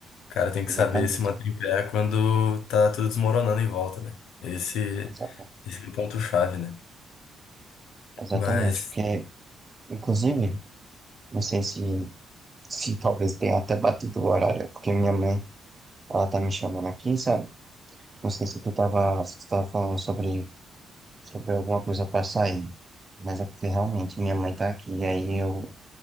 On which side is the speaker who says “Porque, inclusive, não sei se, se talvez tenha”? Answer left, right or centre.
Right